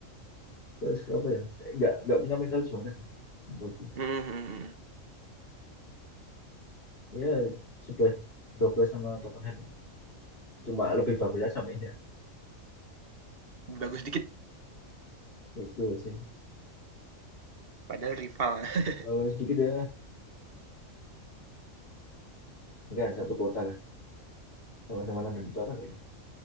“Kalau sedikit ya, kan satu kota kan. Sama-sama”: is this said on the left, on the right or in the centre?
Left